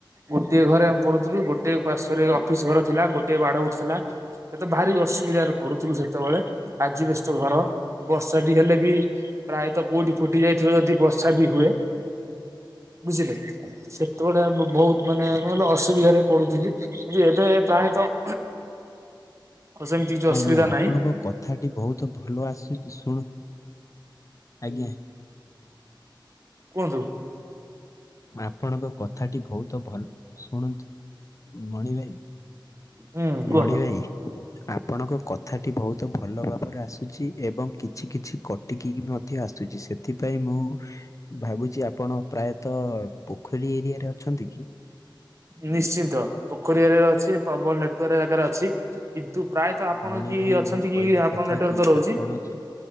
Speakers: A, on the right; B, on the left.
A: ଗୋଟିଏ ଘରେ ଆମେ ପଢୁଥିଲୁ ଗୋ ଗୋଟେ ପାର୍ଶ୍ଵ ରେ ଅଫିସ ଘର ଥିଲା ଗୋଟେ ବାଡ ଉଠିଥିଲା ଏତ ଭାରି ଅସୁବିଧାରେ ପଡୁଥିଲୁ ସେତେବେଳେ ଆଜବେଷ୍ଟ ଘର ବର୍ଷା ଟି ବି ହେଲେ ବି ପ୍ରାୟତଃ କୋଉଠି ଫୁଟି ଯାଇଥିବ ଯଦି ବର୍ଷା ବି ହୁଏ ବୁଝିଲେ ସେତେବେଳେ ଆମେ ବହୁତ ମାନେ କଣ କହିଲ ଅସୁବିଧାରେ ପଡୁଥିଲୁ କିନ୍ତୁ ଏବେ ପ୍ରାୟତଃ ସେମିତି କିଛି
B: ଆଜ୍ଞା
A: ଅସୁବିଧା
B: ଆପଣଙ୍କ
A: ନାହିଁ
B: କଥାଟି ବହୁତ ଭଲ ଆସୁଚି ଶୁଣ ଆଜ୍ଞା।
A: କୁହନ୍ତୁ।
B: ଆପଣଙ୍କ କଥାଟି ବହୁତ ଭଲ ଶୁଣୁନ୍ତୁ ମଣି ଭାଇ
A: ହୁଁ କୁହନ୍ତୁ
B: ମଣି ଭାଇ ଆପଣଙ୍କ କଥାଟି ବହୁତ ଭଲ ଭାବରେ ଆସୁଚି ଏବଂ କିଛି କିଛି କଟିକି କି ମଧ୍ୟ ଆସୁଚି ସେ ସେଥିପାଇଁ ମୁଁ ଭାବୁଚି ଆପଣ ପ୍ରାୟତଃ ପୋଖରୀ ଏରିଆରେ ଅଛନ୍ତି କି?
A: ନିଶ୍ଚିନ୍ତ ପୋଖରୀ ଏରିଆରେ ଅଛି ପ୍ରବଳ ନେଟୱାର୍କ ଜାଗାରେ ଅଛି। କିନ୍ତୁ ପ୍ରାୟତଃ ଆପଣ
B: ମଣି
A: କି
B: ଭାଇ
A: ଅଛନ୍ତି
B: ମୁଁ କହିବା
A: କି ଆପଣଙ୍କ
B: କଥା
A: ନେଟୱାର୍କ
B: କି
A: ତ ରହୁଚି।
B: ଆପଣ ଯେ